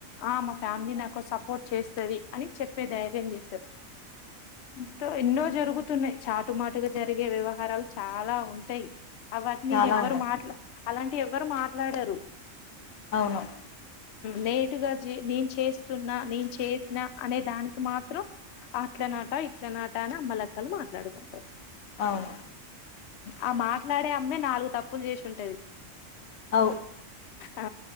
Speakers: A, on the left; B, on the left.
A: ఆ మా ఫ్యామిలీ నాకు సపోర్ట్ చేస్తుది అని చెప్పే ధైర్యం చేస్తరు ఎన్నో జరుగు తున్నయి చాటు మాటుగా జరిగే వ్యవహారాలు చాలా ఉంటయి అ వాటిని
B: చాలా
A: నెవ్వరు
B: ఉన్నాయి
A: మాట్లా అలాంటి ఎవ్వరు మాట్లాడరు
B: అవును
A: నేటుగా జె నేను చేస్తున్నా నేను చేసిన అనే దానికి మాత్రం అట్ల నాట ఇట్ల నాట అని అమ్మలక్కలు మాట్లాడుకుంటరు
B: అవును
A: ఆ మాట్లాడే అమ్మే నాలుగు తప్పులు చేషుంటది
B: ఔ
A: ఆ